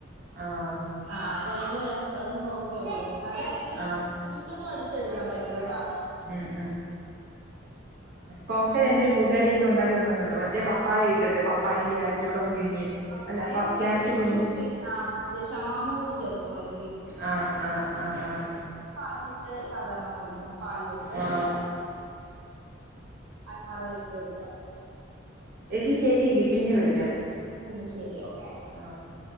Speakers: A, on the right; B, on the right.
A: ആഹ്
B: ആ അതൊന്ന് ര ഒന്ന് നോക്കി നോക്ക് അത് അല്ലെങ്കിൽ
A: ആ
B: നമ്മക്ക് വീട്ട്ന്നും അടി ച്ചെടുക്കാൻ പറ്റൂട്ടാ
A: ഉം കോക്ട്ടയിൽ എന്റെ ഒരു കൂട്ടുകാരി എനിക്ക് ഉണ്ടാക്കി തന്നിട്ടുണ്ട് മറ്റെ പപ്പായ ഇട്ടിട്ട് പപ്പായിം ക്യാര റ്റൂടെ പുഴുങ്ങിയിട്ട്
B: പപ്പായം
A: അല്ല പ ക്യാരറ്റ്
B: കാരറ്റും
A: പുഴുങ്ങി
B: പിന്നെ മറ്റേ ഷമാമും കൂടി ചേർക്കും ഒരു
A: ആ ആഹ് ആഹ് ആഹ്
B: പാലില്ട്ട് സാധാരണ പോലെ തന്നെ പാലിലിട്ട്
A: ആ
B: ആഹ് അനാറെല്ല ഇട്ട് വെക്കാ
A: എങ്കി ശരിയങ്കി പിന്നെ വിളിക്കാം
B: എന്ന ശരി ഓക്കേ
A: ആ ഓക്കെ